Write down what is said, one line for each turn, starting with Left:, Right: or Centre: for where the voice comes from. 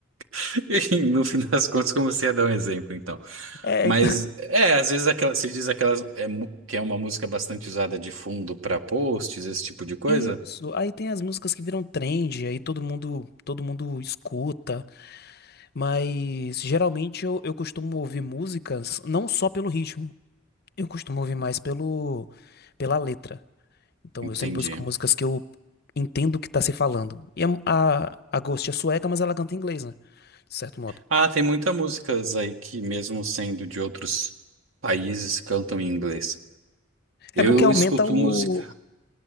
Right: <laughs> e no fim das contas, comecei a dar um exemplo, então.
Left: É,
Right: Mas
Left: então...
Right: é, às vezes aquela, se diz aquelas é, mu- que é uma música bastante usada de fundo para posts, esse tipo de coisa.
Left: Isso. Aí tem as músicas que viram trend, aí todo mundo, todo mundo escuta, mas geralmente eu, eu costumo ouvir músicas não só pelo ritmo, eu costumo ouvir mais pelo pela letra. Então
Right: Entendi.
Left: eu sempre busco músicas que eu entendo o que tá se falando. E a, a, a Ghost é sueca, mas ela canta em inglês, né? De certo modo.
Right: Ah, tem muitas músicas aí que, mesmo sendo de outros países, cantam em inglês. Eu
Left: É porque aumenta
Right: escuto
Left: o.
Right: música,